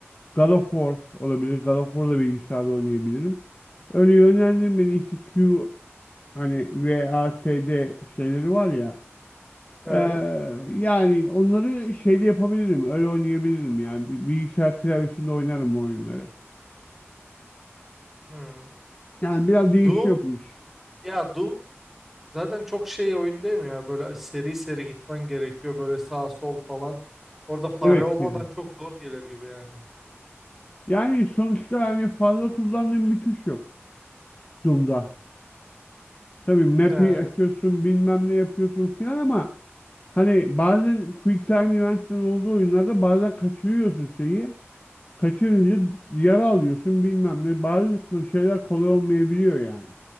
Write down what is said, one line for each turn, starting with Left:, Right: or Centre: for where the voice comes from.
Left: God of War olabilir. God of War'da bilgisayarda oynayabilirim. Öyle yönlendirmeli işte Q hani V, A, S, D şeyleri var ya.
Centre: Evet.
Left: Ee, yani onları şeyde yapabilirim. Öyle oynayabilirim yani. Bi- Bilgisayar klavyesinde oynarım o oyunları.
Centre: Hmm.
Left: Yani biraz değişiyor
Centre: Doom.
Left: bu iş.
Centre: Ya Doom zaten çok şey oyun değil mi ya? Böyle seri seri gitmen gerekiyor. Böyle sağ sol falan. Orada fare
Left: Evet
Centre: olmadan
Left: yani.
Centre: çok zor gelir gibi yani.
Left: Yani sonuçta hani fazla kullandığım bir tuş yok Doom'da. Tabii map'i
Centre: Ne?
Left: açıyorsun bilmem ne yapıyorsun filan ama hani bazen QuickTime Events'in olduğu oyunlarda bazen kaçırıyorsun şeyi. kaçırınca yara alıyorsun bilmem ne. Bazı ko- şeyler kolay olmayabiliyor yani.